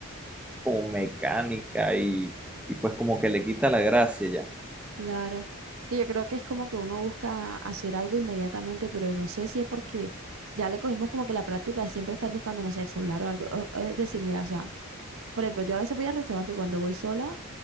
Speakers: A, in the centre; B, on the right.
A: como mecánica y, y pues como que le quita la gracia ya. <laughs>
B: Claro. Y yo creo que es como que uno busca hacer algo inmediatamente, pero no sé si es porque ya le cogimos como que la práctica de siempre estar buscando, no sé, el celular o algo. o- o es decir, mira, o sea, por ejemplo, yo a veces voy al restaurante y cuando voy sola